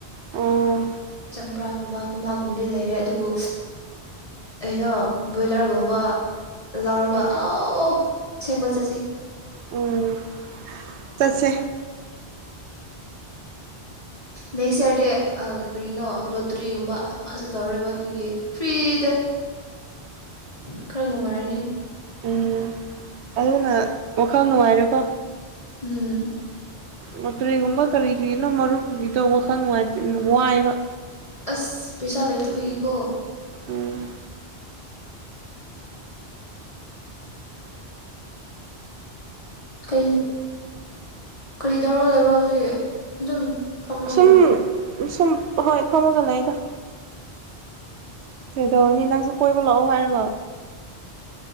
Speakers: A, on the right; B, on the left.
A: ꯎꯝ
B: ꯆꯝꯄ꯭ꯔꯥꯒꯨꯝꯕ ꯀꯣꯝꯂꯥꯒꯨꯝꯕꯗꯤ ꯂꯩꯔꯦ ꯑꯗꯨꯕꯨ ꯀꯩꯅꯣ ꯕꯣꯏꯂꯔꯒꯨꯝꯕ ꯂꯧꯔꯒ
A: ꯎꯝ
B: ꯑꯥꯎ ꯑꯁꯦꯡꯕ ꯆꯠꯁꯦ
A: ꯎꯝ ꯆꯠꯁꯦ
B: ꯅꯦꯛꯁ ꯌꯔꯗꯤ ꯑꯥ ꯀꯔꯤꯅꯣ ꯂꯣꯇ꯭ꯔꯤꯒꯨꯝꯕ ꯑꯃꯁꯨ ꯇꯧꯔꯣꯏꯕ ꯑꯗꯨꯒꯤ ꯐ꯭ꯔꯤꯗ ꯈꯔ ꯅꯨꯡꯉꯥꯏꯔꯅꯤ
A: ꯎꯝ ꯑꯗꯨꯅ ꯋꯥꯈꯜ ꯅꯨꯡꯉꯥꯏꯔꯦꯀꯣ
B: ꯎꯝ
A: ꯂꯣꯇꯔꯤꯒꯨꯝꯕ ꯀꯔꯤ ꯀꯔꯤꯅꯣ ꯃꯔꯨꯞꯀꯤꯗꯣ ꯋꯥꯈꯜ ꯅꯨꯡꯉꯥꯏꯇꯦ ꯋꯥꯏꯕ
B: ꯑꯁ ꯄꯩꯁꯥ ꯂꯩꯇꯕꯒꯤꯀꯣ
A: ꯎꯝ
B: ꯀꯩ ꯀꯔꯤ ꯇꯧꯔꯒ ꯂꯩꯕ꯭ꯔꯣ ꯍꯧꯖꯤꯛ ꯑꯗꯨ ꯑꯗꯨꯝ ꯐꯝꯃ
A: ꯁꯨꯝ
B: ꯂꯩꯕ꯭ꯔꯣ
A: ꯁꯨꯝ ꯍꯣꯏ ꯐꯝꯃꯒꯂꯩꯗ ꯀꯗꯧꯔꯨꯅꯤ ꯅꯅꯪꯁꯨ ꯀꯣꯏꯕ ꯂꯥꯛꯑꯣ ꯍꯥꯏꯔꯒ